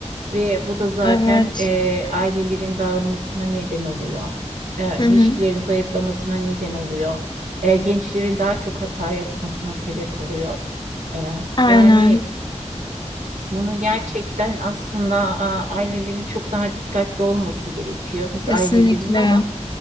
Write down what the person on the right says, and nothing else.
ve bu da zaten
e, ailelerin dağılmasına neden oluyor. E,
ilişkilerin
zayıflamasına neden oluyor. E, gençlerin daha çok hata yapmasına sebep oluyor. E,
yani bunu gerçekten aslında a, ailelerin çok daha dikkatli olması gerekiyor. Biz
ailelerin ama